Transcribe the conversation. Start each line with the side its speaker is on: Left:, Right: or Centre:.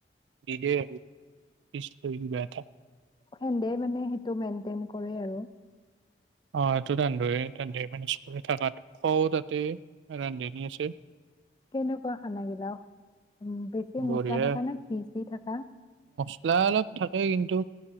Right: নি দে আৰু। পিচ লি বেয়াটা।
Left: হেন্দে মানে সেইটো মেনটন। কৰে আৰু।
Right: অ এইটো আনদৰে। দে মানে সে থাকটো। খও তাতে ৰান্ধ নি আছে।
Left: কেনেকুৱা খানাগিলাও। উ বেছি মছলা
Right: বঢ়িয়া
Left: থাককা নে ঘিচি থাকা।
Right: মচলা অলপ থাকেই কিন্তু